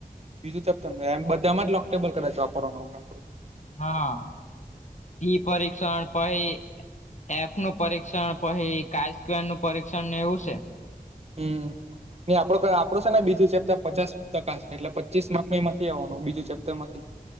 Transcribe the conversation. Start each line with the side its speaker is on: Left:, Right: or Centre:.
Right: બીજું ચેપટર ત એમ બધામાં જ લોકટેબલ કદાચ વાપરવાનો આવે કાકતો.
Left: હા ઈ પરીક્ષણ પહી એફ નું પરીક્ષણ પહી કાય સ્કવેર નું પરીક્ષણ એવું છે.
Right: હમ્મ ને આપડો કે આપડો છે ને બીજું ચેપ્ટર પચાસ ટકા શે એટલે પચીસ માર્ક નુ એમાં થી આવવાનું બીજું ચેપ્ટર માંથી.